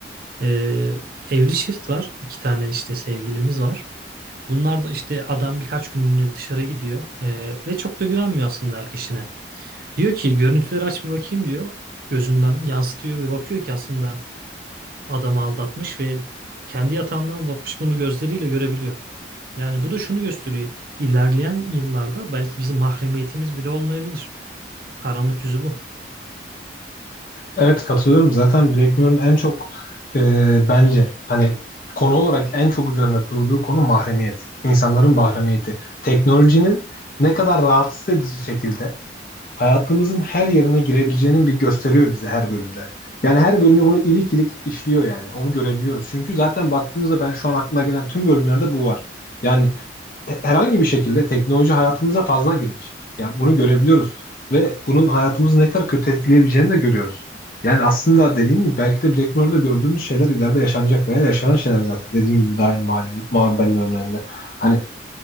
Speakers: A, on the right; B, on the left.
A: E, evli çift var. İki tane işte sevgilimiz var. Bunlar da işte adam birkaç günlüğüne dışarı gidiyor E, ve çok da güvenmiyor aslında eşine. Diyor ki görüntüleri aç bir bakayım diyor. Gözünden yansıtıyor ve bakıyor ki aslında adamı aldatmış ve kendi yatağından aldatmış bunu gözleriyle görebiliyor. Yani bu da şunu gösteriyor. İlerleyen yıllarda belki bizim mahremiyetimiz bile olmayabilir. Karanlık yüzü bu.
B: Evet katılıyorum. Zaten Black Mirror'ın en çok e, bence hani konu olarak en çok üzerinde durduğu konu mahremiyet. İnsanların mahremiyeti. Teknolojinin ne kadar rahatsız edici şekilde hayatımızın her yerine girebileceğinin bir gösteriyor bize her bölümde. Yani her bölümde bunu ilik ilik işliyor yani. Onu görebiliyoruz. Çünkü zaten baktığımızda ben şu an aklıma gelen tüm bölümlerde bu var. Yani e- herhangi bir şekilde teknoloji hayatımıza fazla girmiş. Yani bunu görebiliyoruz. Ve bunun hayatımızı ne kadar kötü etkileyebileceğini de görüyoruz. Yani aslında dediğim gibi belki de Black Mirror'da gördüğümüz şeyler ileride yaşanacak veya yaşanan şeyler zaten. Dediğim gibi daha yeni malum, malum örneğinde. Hani